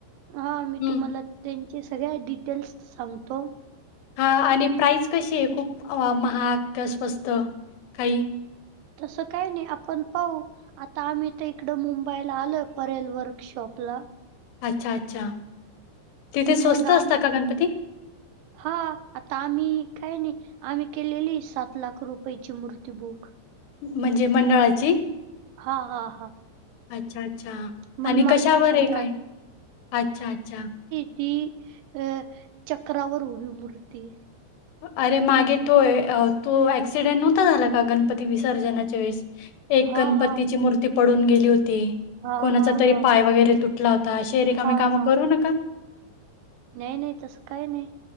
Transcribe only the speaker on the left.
हम्म.
हा आणि प्राईज कशी आहे खूप महाग स्वस्त काही
अच्छा अच्छा तिथे स्वस्त
असतात
का गणपती
म्हणजे मंडळाची
अच्छा अच्छा
आणि कशावर
आहे काय अच्छा अच्छा.
अरे मागे तोय तो ऍक्सिडेंट नव्हता झाला का गणपती विसर्जनाच्या वेळेस एक
गणपतीची
मूर्ती पडून गेली होती
कोणाचा
तरी
पाय वगैरे तुटला होता अशी रिकाम
कामं
करू नका.